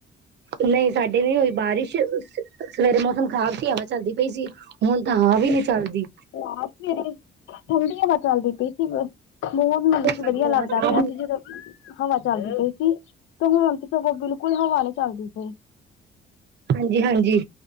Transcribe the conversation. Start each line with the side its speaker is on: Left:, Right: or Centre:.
Right: ਨਹੀਂ ਸਾਡੇ ਨਹੀਂ ਹੋਈ ਬਾਰਿਸ਼, ਸਵੇਰੇ ਮੌਸਮ ਖ਼ਰਾਬ ਸੀ ਹਵਾ ਚੱਲਦੀ ਪਈ ਸੀ। ਹੁਣ ਤਾਂ
Left: ਅੱਛਾ
Right: ਹਵਾ ਵੀ ਨੀ ਚੱਲਦੀ,
Left: ਆ ਸਵੇਰੇ ਠੰਡੀ ਹਵਾ ਚੱਲਦੀ ਪਈ ਸੀ, ਮੋਸਮ
Right: ਸਾਡੀ
Left: ਵਧੀਆ
Right: ਆਵਾਜ਼
Left: ਲੱਗਦਾ
Right: ਸਾਫ਼
Left: ਪਿਆ
Right: ਨੀ
Left: ਸੀ ਜਦੋਂ ਹਵਾ ਚੱਲਦੀ ਪਈ ਸੀ ਤੇ ਹੁਣ ਤੇ ਸਗੋਂ ਬਿਲਕੁਲ ਹਵਾ ਨੀ ਚੱਲਦੀ ਪਈ,
Right: ਹਾਂਜੀ ਹਾਂਜੀ